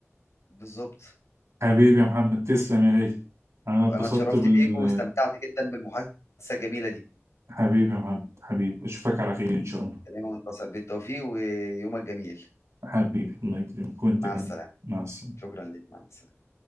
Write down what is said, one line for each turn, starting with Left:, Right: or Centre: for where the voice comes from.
Left: بالظبط
Right: حبيبي يا محمد تسلم يا غالي انا اتبسطت
Left: انا اتشرفت
Right: بال
Left: بيك واستمتعت جدا بالمحادثه الجميله دي
Right: حبيبي يا محمد حبيبي اشوفك على خير ان شاء الله
Left: تمام وانت بالتوفيق ويومك جميل
Right: حبيبي الله يكرمك وانت
Left: مع
Right: كمان
Left: السلامه
Right: مع السلامه
Left: شكرا لك مع السلامه